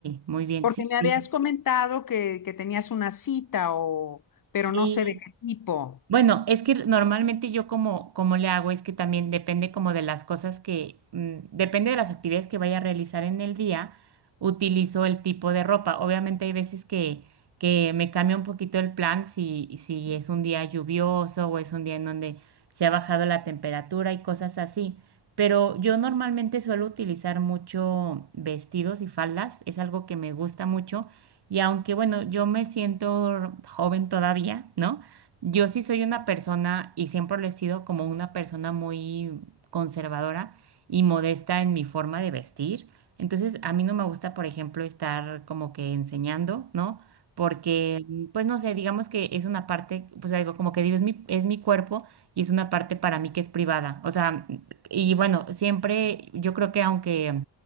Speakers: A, on the right; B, on the left.
A: muy bien.
B: porque
A: Sí,
B: me habías
A: sí.
B: comentado que, que tenías una cita o, pero
A: Sí,
B: no sé de qué tipo.
A: Bueno, es que normalmente yo como, como le hago es que también depende como de las cosas que, mm, depende de las actividades que vaya a realizar en el día, utilizo el tipo de ropa. Obviamente hay veces que, que me cambia un poquito el plan si, si es un día lluvioso o es un día en donde se ha bajado la temperatura y cosas así. Pero yo normalmente suelo utilizar mucho vestidos y faldas, es algo que me gusta mucho. Y aunque, bueno, yo me siento joven todavía, ¿no? Yo sí soy una persona, y siempre lo he sido, como una persona muy conservadora y modesta en mi forma de vestir. Entonces, a mí no me gusta, por ejemplo, estar como que enseñando, ¿no? Porque, pues no sé, digamos que es una parte, pues algo como que digo, es mi, es mi cuerpo y es una parte para mí que es privada. O sea, y bueno, siempre yo creo que aunque